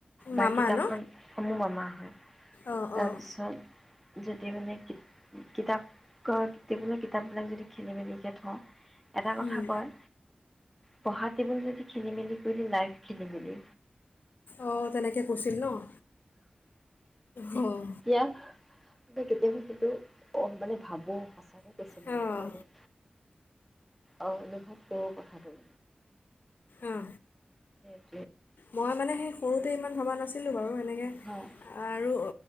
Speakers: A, in the centre; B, on the left.
A: বা'
B: মামা
A: কিতাপখন,
B: ন?
A: মোৰ মামা হয়।
B: অঁ,
A: তাৰপিছত
B: অঁ,
A: যদি মানে কিতাপ টেবুলত কিতাপ বিলাক যদি খেলি মেলিকৈ থওঁ। এটা কথা
B: উম,
A: কয় পঢ়া টেবুল যদি খেলি মেলি কৰিলে, লাইফ খেলি মেলি।
B: অ' তেনেকৈ কৈছিল ন'? অঁ,
A: এতিয়া কেতিয়াবা সেইটো মানে ভাবোঁ, সঁচাকৈ বেছি মানে
B: অঁ,
A: ন'। অ', অনুভৱ কৰোঁ কথাটো।
B: অহ।
A: উম।
B: মই মানে সেই সৰুতে ইমান ভবা নাছিলো বাৰু এ তেনেকৈ
A: হয়
B: আৰু